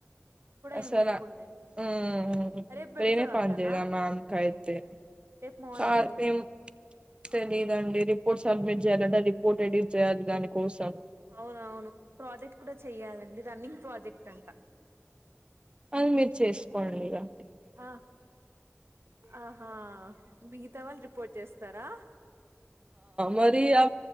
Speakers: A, on the right (about 20°); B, on the right (about 55°).
A: అసల
B: ఏం లేకుండే
A: ఆ ఆ
B: రేపు పెడతదంటనా
A: వేరే పని చేదాం మ్యామ్కైతే
B: రేపు మార్నింగ్
A: ఆ ఏం తెలీదండి రి పోర్ట్ సబ్మిట్ చేయాలంటే ఆ రిపోర్ట్ ఎడిట్ చేయాలి దాని కోసం
B: అవునవును ప్రాజెక్ట్ కూడా చెయ్యాలండి రన్నింగ్ ప్రాజెక్ట్ అంట
A: అది మీరు చేస్కోండిగా
B: ఆ ఆహా మిగతా వాళ్ళు రిపోర్ట్ చేస్తారా
A: మరి అది ఆ